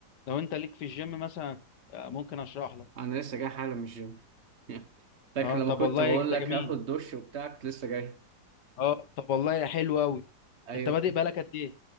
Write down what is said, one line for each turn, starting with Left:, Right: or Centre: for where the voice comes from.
Left: لو انت ليك في الجيم مثلا آه، ممكن اشرح لك
Right: انا لسه جاي حالا من الجيم <laughs> فاكر
Left: اه
Right: لما
Left: طب
Right: كنت
Left: والله
Right: بقول
Left: ده
Right: لك
Left: جميل
Right: هاخد دش وبتاع كنت لسه جاي
Left: اه طب والله حلو قوي
Right: ايوه
Left: انت بادئ بقالك قد ايه